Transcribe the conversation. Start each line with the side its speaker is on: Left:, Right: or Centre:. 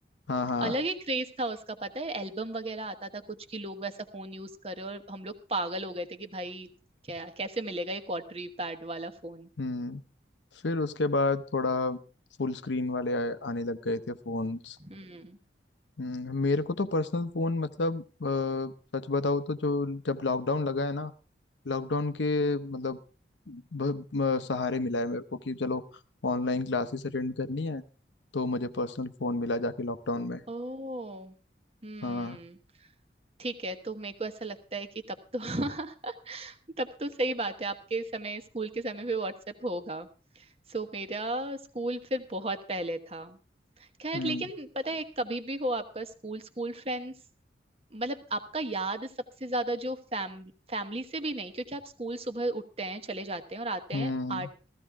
Left: हाँ हाँ
Right: अलग ही क्रेज था उसका पता है एल्बम वगैरह आता था कुछ की लोग वैसा फोन यूज कर रहे हो, और हम लोग पागल हो गए थे कि भाई क्या कैसे मिलेगा ये क्वार्टरी पैड वाला फोन
Left: हम्म फिर उसके बाद थोड़ा फुल स्क्रीन वाले आए, आने लग गए थे फोन्स
Right: हम्म
Left: हम्म, मेरे को तो पर्सनल फोन मतलब अ, सच बताओ तो जो जब लॉकडाउन लगा है ना लॉकडाउन के मतलब ब, म- सहारे मिला है मेरे को कि चलो ऑनलाइन क्लासेस अटेंड करनी है तो मुझे पर्सनल फोन मिला जाके लॉकडाउन में
Right: ओ हम्म
Left: हाँ
Right: ठीक है तो मेरे को ऐसा लगता है कि तब तो <laughs> तब तो सही बात है आपके समय स्कूल के समय पे व्हाट्सएप होगा सो मेरा स्कूल फिर बहुत पहले था खैर
Left: हम्म
Right: लेकिन पता है कभी भी हो आपका स्कूल स्कूल फ्रेंड्स मतलब आपका याद सबसे ज्यादा जो फैम फैमिली से भी नहीं क्योंकि आप स्कूल सुबह उठते हैं चले जाते हैं और आते
Left: हम्म
Right: हैं आठ